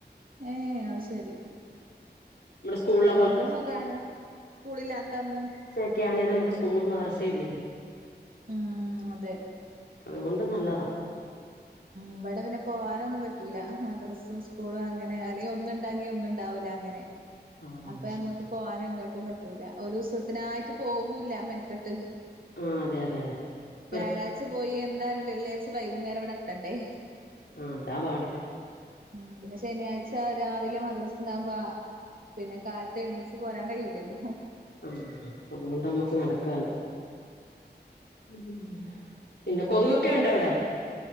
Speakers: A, on the right (about 55°); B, on the left (about 75°).
A: ഏഹ് അത് ശെരി
B: നമ്മുടെ സ്കൂളിലെ
A: അതോണ്ട്
B: പോലെ
A: സുഖാണ് സ്കൂള്ല്ലാത്തന്ന്
B: <unintelligible> നമ്മക്ക് സ്കൂളും മദ്രസയും ഇല്ലല്ലോ
A: ആഹ് അതെ
B: അതുകൊണ്ട് നല്ലതാ
A: ഇവടെ പിന്നെ പോകാനൊന്നും പറ്റൂല മദ്രസും സ്കൂളും അങ്ങനെ അല്ലെങ്കി ഒന്ന്ണ്ടെങ്കി ഒന്ന്ണ്ടാവൂല അങ്ങനെ
B: ആഹ്
A: അപ്പൊ ഞമ്മക്ക് പോവാനെങ്ങട്ടും പറ്റൂല ഒരു ദിവസത്തിനായിട്ട് പോകൂല്ല മെന ന്ന്ട്ട്
B: ആഹ് അതെ അതെ അതെ
A: വ്യാഴാഴ്ച
B: ഒരു
A: പോയി എന്താലും വെള്ളിയാഴ്ച വൈകുന്നേരം ഇവടെ ത്തണ്ടെ
B: അ അതാ പാട്
A: ഉം പിന്നെ ശനിയാഴ്ച രാവിലെ മദ്രസണ്ടാകുമ്പൊ പിന്നെ കാലത്തെണീച്ച് പോരാൻ കയ്യൂലല്ലോ
B: ആഹ് അതുകൊണ്ട് നമ്മക്ക് നടക്കേല ഉം പിന്നെ കൊതുകൊക്കെയുണ്ടൊ വടെ